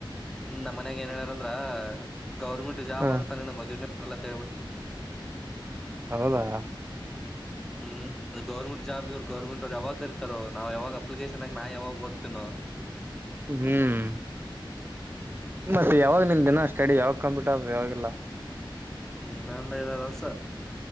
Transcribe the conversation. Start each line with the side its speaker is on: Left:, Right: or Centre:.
Centre: ಹ್ಮ್ ನಮ್ಮ್ನ್ಯಾಗ ಏನ್ ಹೇಳಾರಂದ್ರ ಗೌರ್ಮೆಂಟ್ ಜಾಬ್
Right: ಹ
Centre: ಆಗತ್ತಾನೆ ಮದುವೇಳ್ಬಿಟ್ಟ
Right: ಹೌದಾ
Centre: ಹ್ಮ್ ಅದು ಗೌರ್ಮೆಂ ಜಾ ಇವ್ರು ಗರ್ಮೆಂಟ್ ಅವರು ಯಾವಾಗ ಕರತಾರ ನಾವಾಗ ಅಪ್ಲಿಕೇಶನ್ ಆಕ ನಾ ಯಾವಾಗ ಓದ್ತನೋ ಹ
Right: ಹ್ಮ್.. ಮತ್ತೆ ಯಾವಾಗ ನಿಮ ದಿನ ಸ್ಟಡಿ ಯಾವಾಗ ಕಂಪ್ಲೀಟ್ ಯಾವಾಗಲ್ಲ
Centre: ಏನಂದ ಐದಾರು ವರ್ಷ